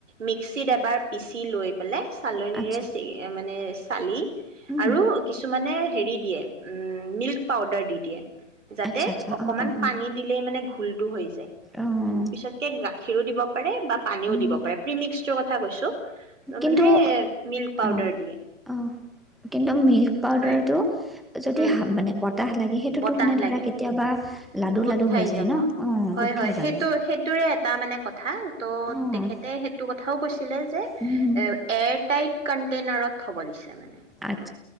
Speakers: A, on the right; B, in the centre.
A: মিক্সিত এবাৰ সি লৈ পেলাই চালনিৰে
B: আচ্ছা
A: <inaudible> মানে চালি
B: উম,
A: আৰু কিছুমানে হেৰি দিয়ে নিউত পাউডাৰ দি দিয়ে যাতে
B: আচ্ছা আচ্ছা
A: অকমান
B: অঁ অঁ অঁ
A: পানী দিলেই মানে ফুলটো হয় পিছত
B: অঁ
A: কেক কাপ খিৰো দিব পাৰে বা পানীও
B: উম,
A: দিব পাৰে প্ৰিমিক্সৰ কথা কৈছোঁ ত
B: কিন্তু
A: মানে মিল্ক পাউডাৰ
B: অ',
A: দিয়ে
B: অ', কিন্তু মি পাউদাৰটো
A: হয়
B: যদি
A: উম
B: মানে বতাহ লাগে সেইটোতো
A: বতাহ
B: মানে ধৰা
A: লাগে
B: কেতিয়াবা লাডু
A: গোট
B: লাডু
A: খাই
B: হৈ যায়
A: যাব
B: ন' অ',
A: হয়
B: গোট
A: হয়
B: খাই যাব
A: সেইটো সেইটোৰে এটা মানে এনে কথা ত'
B: অ',
A: তেখেতে সেইটো কথাও কৈছিলে যে এ
B: উম,
A: এয়াৰটাইট কণ্টেইনাৰত থ'ব দিছে মানে
B: আঠ